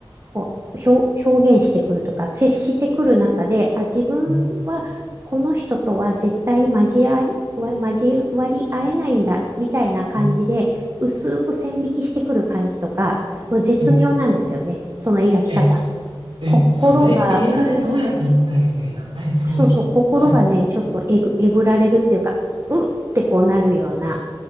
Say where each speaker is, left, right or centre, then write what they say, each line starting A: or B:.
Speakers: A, on the right (about 30°); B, on the right (about 85°).
A: こう、表、表現してくるとか、接してくる中で、あ、自分はこの人とは絶対に交わり、
B: うん、
A: 交わり合えないんだ、みたいな感じで、
B: うん、
A: 薄く線引きしてくる感じとか、もう絶妙なんですよね。
B: ええ、
A: その描き方。
B: え、す、え、
A: 心が、
B: それ映画でどうやって行ったみたいな。え、すごいです。
A: そうそう、心がね、
B: はい。
A: ちょっとえぐ、えぐられるっていうか、うんってこうなるような、